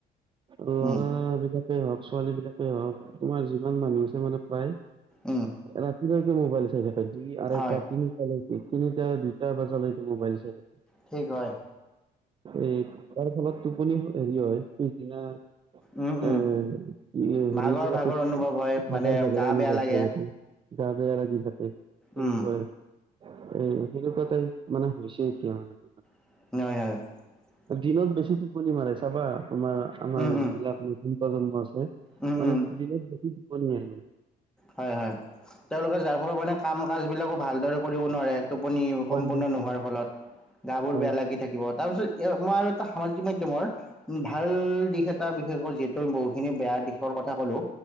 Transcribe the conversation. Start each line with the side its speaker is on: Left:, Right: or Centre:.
Right: ল'ৰা
Centre: উম,
Right: বিলাকেই হওক ছোৱালী বিলাকেই হওক তোমাৰ যিমান মানুহ আছে মানে ভাই,
Centre: উম,
Right: ৰাতি লৈকে মোবাইল চাই থাকা দুই আ্হৈতা
Centre: হয়
Right: টা তিনিটা এই তিনিটা দুইটা বজালৈকে মোবাইল চাই থাকে।
Centre: ঠিক হয়।
Right: এই তাৰ ফলত টোপনি হেৰি হয় <unintelligible>
Centre: উম, উম। ভাগৰ
Right: হেৰি বিলাকে
Centre: ভাগৰ
Right: <unintelligible>
Centre: অনুভৱ হয় মানে
Right: <unintelligible>
Centre: গা বেয়া লাগে
Right: গা বেয়া লাগি থাকে এনেকুৱা
Centre: উম,
Right: এ সেনেকোৱা তাইপ মানে হৈছে এতিয়া মানে তোমাৰ।
Centre: <unintelligible>
Right: দিনত বেছি টোপনি মাৰে চাবা তোমাৰ আমাৰ
Centre: উম, উম,
Right: যিবিলাক নতুন প্ৰজন্ম আছে।
Centre: উম,
Right: মানে
Centre: উম,
Right: দিনত বেছি টোপনি আহে মানে।
Centre: হয় হয়, তেওঁলোকে যাৰ ফলত মানে কাম কাজ বিলাকো ভালদৰে কৰিব নোৱাৰে। টোপনি
Right: হয়
Centre: সম্পূৰ্ণ নোহোৱাৰ ফলত, গা বোৰ
Right: হয়
Centre: বেয়া
Right: হয়
Centre: লাগি থাকিব তাৰ পিছত মই আৰু এটা সামাজিক মাধ্যমৰ ভাল দিশ এটা বিষয়ে কও যিহেতু বহুখিনি বেয়া দিশৰ কথা কলো